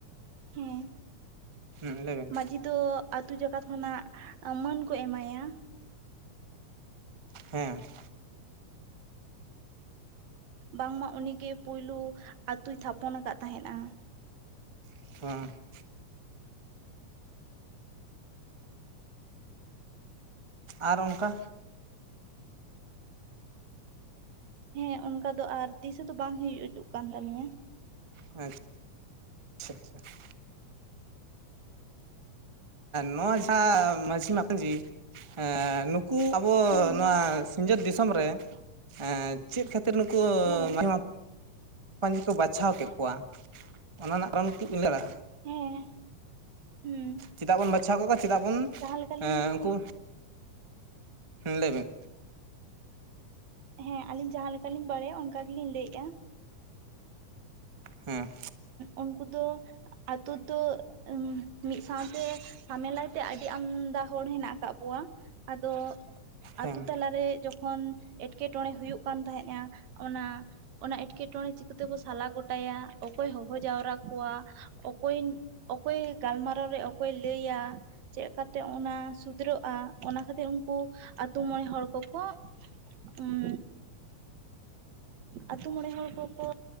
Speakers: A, on the right; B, on the right.
A: ᱦᱮᱸ
B: ᱦᱮᱸ ᱞᱟᱹᱭ ᱵᱮᱱ
A: ᱢᱟᱡᱷᱤ ᱫᱚ ᱟᱛᱩ ᱡᱟᱠᱟᱛ ᱠᱷᱚᱱᱟᱜ ᱚᱢᱚᱱ ᱠᱚ ᱮᱢᱟᱭᱟ,
B: ᱦᱮᱸ ᱾
A: ᱵᱟᱝᱢᱟ ᱩᱱᱤᱜᱮ ᱯᱩᱭᱞᱩ ᱟᱛᱩᱭ ᱛᱷᱟᱯᱚᱱ ᱟᱠᱟᱫ ᱛᱟᱦᱮᱸᱫ-ᱟ ᱾
B: <unintelligible> ᱟᱨ ᱚᱱᱠᱟ
A: ᱦᱮᱸ ᱚᱱᱠᱟ ᱫᱚ ᱟᱨ ᱫᱤᱥᱟᱹ ᱦᱚᱸ ᱫᱚ ᱵᱟᱝ ᱦᱩᱭ ᱦᱚᱪᱩᱜ ᱠᱟᱱ ᱛᱟᱞᱤᱧᱟ ᱾
B: ᱟᱪᱪᱷᱟ ᱟᱪᱪᱷᱟ ᱟᱪᱪᱷᱟ ᱾ ᱱᱚᱣᱟ ᱡᱟᱦᱟᱸ ᱢᱟᱡᱷᱤ ᱢᱟᱡᱷᱤ ᱮ ᱩᱱᱠᱩ ᱟᱵᱚ
A: ᱦᱩᱸ
B: ᱱᱚᱣᱟ ᱥᱤᱧᱚᱛ ᱫᱤᱥᱚᱢ ᱨᱮ ᱮᱸ ᱪᱮᱫ ᱠᱷᱟᱹᱛᱤᱨ ᱱᱩᱠᱩ
A: ᱦᱮᱸ
B: <inaudible> ᱠᱚ ᱵᱟᱪᱷᱟᱣ ᱠᱮᱜ ᱠᱚᱣᱟ ᱚᱱᱟ ᱨᱮᱱᱟᱜ ᱠᱟᱨᱚᱱ ᱠᱤ ᱵᱤᱱ ᱞᱟᱭ ᱫᱟᱲᱮᱭᱟᱜᱼᱟ ᱾
A: ᱦᱮᱸ ᱦᱩᱸ ᱾
B: ᱪᱮᱫᱟᱜ ᱵᱚᱱ ᱵᱟᱪᱷᱟᱣ ᱠᱚᱟᱜᱣᱟ ᱪᱮᱫᱟᱜ ᱵᱚᱱ
A: ᱞᱮᱠᱟᱞᱤᱧ
B: ᱩᱱᱠᱩ ᱞᱟᱹᱭᱵᱮᱱ,
A: ᱦᱮᱸ ᱟᱞᱤᱧ ᱡᱟᱸᱦᱟ ᱞᱮᱠᱟᱞᱤᱧ ᱵᱟᱲᱟᱭᱟ ᱚᱱᱠᱟ ᱜᱮᱞᱤᱧ ᱞᱟᱹᱭᱮᱜᱼᱟ ᱾
B: ᱦᱮᱸ
A: ᱩᱱᱠᱩ ᱫᱚ ᱟᱛᱳ ᱫᱚ ᱢᱤᱫ ᱥᱟᱶᱛᱮ ᱟᱢᱮᱞᱟᱭ ᱛᱮ ᱟᱹᱰᱤ ᱟᱢᱫᱟ ᱦᱚᱲ ᱦᱮᱱᱟᱜ ᱠᱟᱜ ᱠᱚᱣᱟ, ᱟᱫᱚ
B: ᱦᱮᱸ
A: ᱟᱛᱳ ᱛᱟᱞᱟᱨᱮ ᱡᱚᱠᱷᱚᱱ ᱮᱴᱠᱮᱴᱚᱬᱮ ᱦᱩᱭᱩᱜ ᱠᱟᱱ ᱛᱟᱦᱮᱸᱼᱟ ᱚᱱᱟ ᱚᱱᱟ ᱮᱸᱴᱠᱮᱴᱚᱬᱮ ᱪᱤᱠᱟᱹᱛᱮᱵᱚ ᱥᱟᱞᱟ ᱜᱚᱴᱟᱭᱟ ᱚᱠᱚᱭ ᱦᱚᱦᱚ ᱡᱟᱣᱨᱟ ᱠᱚᱣᱟ ᱚᱠᱚᱭ ᱚᱠᱚᱭ ᱜᱟᱞᱢᱟᱨᱟᱣ ᱨᱮ ᱚᱠᱚᱭᱮ ᱞᱟᱹᱭᱟ, ᱪᱮᱫ ᱠᱟᱛᱮ ᱚᱱᱟ ᱥᱩᱫᱷᱨᱟᱹᱜᱼᱟ ᱚᱱᱟ ᱠᱷᱟᱹᱛᱤᱨ ᱩᱱᱠᱩ ᱟᱛᱳ ᱢᱚᱬᱮ ᱦᱚᱲ ᱠᱚᱠᱚ ᱩᱸ ᱟᱛᱩ ᱢᱚᱬᱮ ᱦᱚᱲ ᱠᱚᱠᱚ